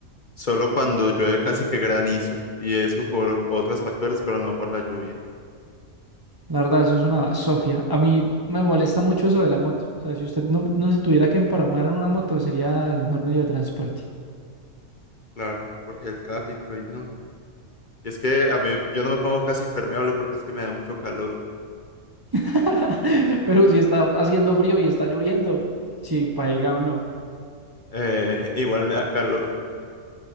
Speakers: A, on the left; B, on the right.
A: Solo cuando llueve casi que granizo. Y eso por otros factores, pero no por la lluvia.
B: La verdad, eso es una sofia. A mí me molesta mucho eso de la moto. O sea, si usted no, no se tuviera que emparamar en una moto, sería el mejor medio de transporte.
A: Claro, porque el tráfico y no. Y es que a mí, yo no me pongo casi impermeable porque es que me da mucho calor.
B: <laughs> Pero si está haciendo frío y está lloviendo, si paiga o no.
A: Eh, igual me da calor.